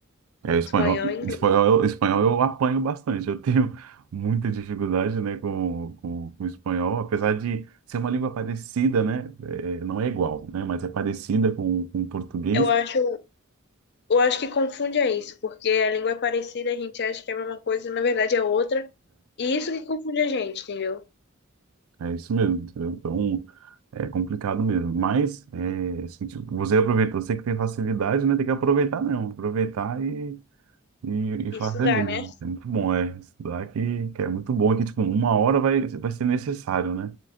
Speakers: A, on the right; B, on the left.
A: É, o espanhol,
B: Espanhol e inglês.
A: espanhol, eu- espanhol eu apanho bastante. Eu tenho muita dificuldade, né, com, com, com o espanhol, apesar de ser uma língua parecida, né? é, não é igual, né? Mas é parecida com, com o português.
B: Eu acho, eu acho que confunde é isso, porque a língua é parecida, a gente acha que é a mesma coisa, na verdade é outra. E isso que confunde a gente, entendeu?
A: É, é isso mesmo. entendeu? Então é complicado mesmo. Mas é, assim, tipo, você aproveita, você que tem facilidade, né? Tem que aproveitar mesmo, aproveitar e, e, e
B: Estudar,
A: fazer mesmo.
B: né?
A: É muito bom, é estudar que, que é muito bom, que tipo uma hora vai, vai ser necessário, né?